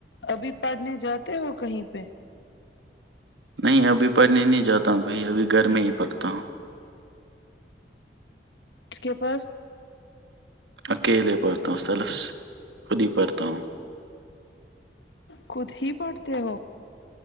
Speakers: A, on the left; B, on the right.
A: ابھی پڑھنے جاتے ہو کہیں پہ
B: نہیں ابھی پڑھنے نہیں جاتا ہوں کہیں ابھی گھر میں ہی پڑھتا ہوں
A: اس کے پاس
B: اکیلے پڑھتا ہوں سلف خود ہی پڑھتا ہوں
A: خود ہی پڑھتے ہو